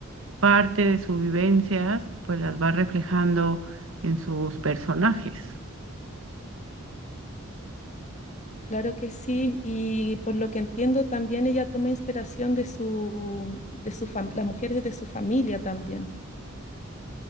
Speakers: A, on the right; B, on the left.
A: parte de sus vivencias pues las va reflejando en sus personajes.
B: Claro que sí, y por lo que entiendo también ella toma inspiración de su, de su fam- las mujeres de su familia también.